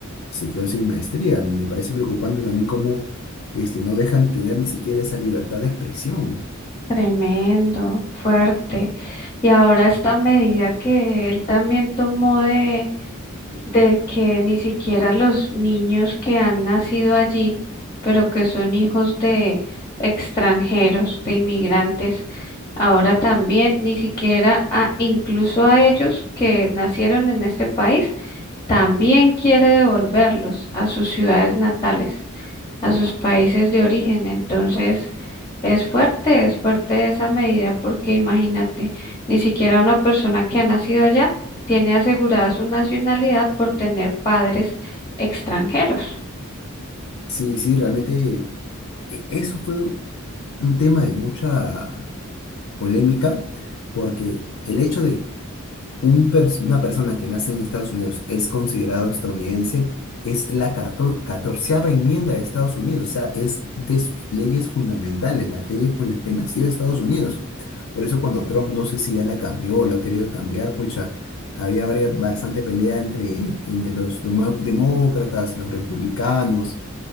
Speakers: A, on the left; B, on the left.
A: se quedó sin maestría. Me parece preocupante también cómo este, no dejan tener ni siquiera esa libertad de expresión.
B: Tremendo, fuerte. Y ahora esta medida que él también tomó de, de que ni siquiera los niños que han nacido allí, pero que son hijos de extranjeros, de inmigrantes, ahora también ni siquiera a- incluso a ellos que nacieron en este país, también quiere devolverlos a sus ciudades natales a sus países de origen. Entonces, es fuerte, es fuerte esa medida porque imagínate, ni siquiera una persona que ha nacido allá tiene asegurada su nacionalidad por tener padres extranjeros.
A: Sí, sí, realmente e- eso fue un tema de mucha polémica porque el hecho de un pers- una persona que nace en Estados Unidos es considerado estadounidense, es la carto- catorceava enmienda de Estados Unidos, o sea, es de sus leyes fundamentales, las leyes con las que nació Estados Unidos. Por eso cuando Trump, no sé si ya la cambió o lo ha querido cambiar, pucha, había varia- bastante pelea entre, entre los demo- demócratas, los republicanos,